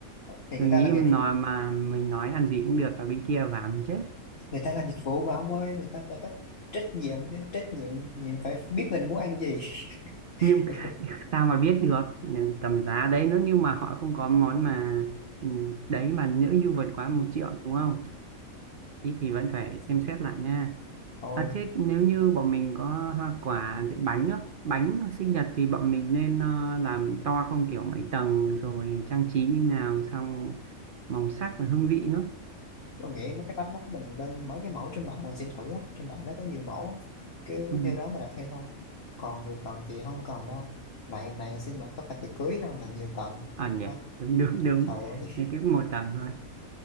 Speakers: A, on the left (about 45°); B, on the right (about 55°).
A: thì
B: Mình
A: người ta
B: nghĩ
A: làm dịch
B: nó mà mình nói ăn gì cũng được ở bên kia và mình chết.
A: người ta làm dịch vụ mà ông ơi người ta phải có trách nhiệm chứ trách nhiệm nhiệm phải biết mình muốn ăn gì
B: nhưng
A: <laughs>
B: sao mà biết được ừ, tầm giá đấy nữa nhưng mà họ không có món mà ừ, đấy mà nữ du vượt quá một triệu đúng không thì, thì vẫn phải xem xét lại nha
A: thôi
B: à, thế nếu như bọn mình có hoa quả bánh á bánh sinh nhật thì bọn mình nên ờ, làm to không kiểu mấy tầng rồi trang trí như nào xong màu sắc và hương vị nữa
A: tôi nghĩ mấy cái bánh đó mình lên mấy cái mẫu trên mạng mình xem thử á trên mạng nó có nhiều mẫu á. cứ
B: ừ.
A: theo đó mà đặt theo thôi còn nhiều tầng thì không cần đâu này này sinh nhật có phải tiệc cưới đâu mà nhiều tầng
B: à nhỉ
A: Má,
B: đúng đúng đúng
A: trời ơi
B: nên tiếp một tầng thôi